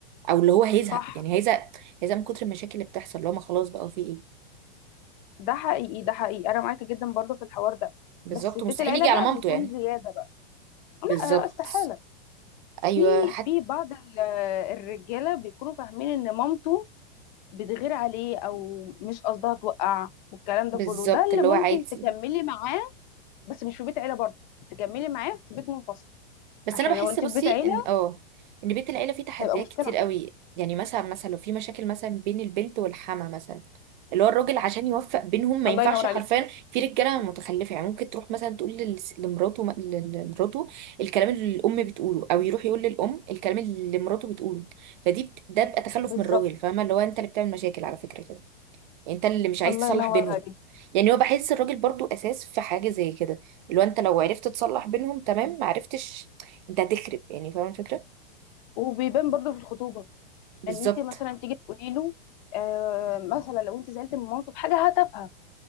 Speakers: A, on the right; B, on the left.
A: او اللي هو هيزهق
B: صح
A: يعني هيزهق هيزهق من كتر المشاكل اللي بتحصل اللي هو ما خلاص بقى في ايه
B: ده حقيقي ده حقيقي انا معاكي جدا برضو في الحوار ده
A: بالظبط
B: بس بيت
A: مستحيل
B: العيله
A: يجي
B: بقى
A: على مامته
B: بيكون
A: يعني
B: زياده بقى لا
A: بالظبط
B: استحاله
A: ايوه
B: في
A: حتى
B: في بعض ال- الرجاله بيكونوا فاهمين ان مامته بتغير عليه او مش قصدها توقع والكلام ده
A: بالظبط
B: كله ده اللي
A: اللي
B: ممكن
A: هو عادي
B: تكملي معاه بس مش في بيت عيله برضو تكملي معاه في بيت منفصل
A: بس
B: عشان
A: انا بحس
B: لو انت
A: بصي
B: في بيت عيله
A: ان اه ان بيت العيله فيه تحديات
B: هيبقى مشكله
A: كتير قوي يعني مثلا مثلا لو في مشاكل مثلا بين البنت والحما مثلا اللي هو الراجل عشان يوفق بينهم ما
B: الله
A: ينفعش
B: ينور
A: حرفيا
B: عليك
A: في رجاله متخلفه يعني ممكن تروح مثلا تقول لل- لمراته ل- لمراته الكلام اللي الام بتقوله او يروح يقول للام الكلام اللي مراته بتقوله فدي بت... ده بقى تخلف
B: بالظبط
A: من الراجل فاهمه اللي هو انت اللي بتعمل مشاكل على فكره كده يعني انت اللي مش عايز
B: الله
A: تصلح
B: ينور
A: بينهم
B: عليك
A: يعني هو بحس الراجل برضو اساس في حاجه زي كده اللي هو انت لو عرفت تصلح بينهم تمام ما عرفتش انت هتخرب يعني فاهم الفكره
B: وبيبان برضو في الخطوبه
A: بالظبط
B: ان انت مثلا تيجي تقولي له آه مثلا لو انت زعلت من مامته في حاجه هتافهه